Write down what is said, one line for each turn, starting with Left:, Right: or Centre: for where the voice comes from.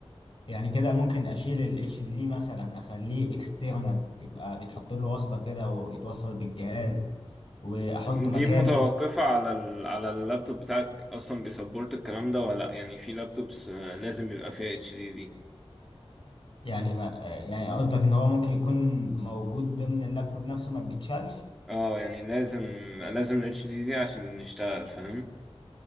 Left: يعني كده ممكن أشيل ال HDD مثلا أخليه external يبقى بيتحط له وصلة كده ويتوصل بالجهاز وأحط
Centre: دي
Left: مكانه
Centre: متوقفة على ال... على اللابتوب بتاعك اصلا بيسبورت الكلام ده ولا لأ؟ يعني في لابتوبس آه، لازم يبقى فيها اتش دي
Left: يعني ما يعني قصدك ان هو ممكن يكون موجود ضمن اللابتوب نفسه ما بيتشالش
Centre: اه يعني لازم لازم ال HDD عشان نشتغل فاهم